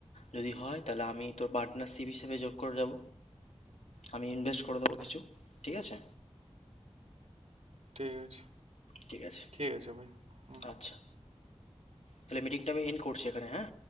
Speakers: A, on the left; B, on the right.
A: যদি হয় তাহলে আমি তোর পার্টনারশিপ হিসেবে যোগ করে যাব আমি ইনভেস্ট করে দেবো কিছু ঠিক আছে
B: ঠিক আছে
A: ঠিক আছে
B: ঠিক আছে ভাই হুম
A: আচ্ছা তাহলে মিটিংটা আমি এন্ড করছি এখানে হ্যাঁ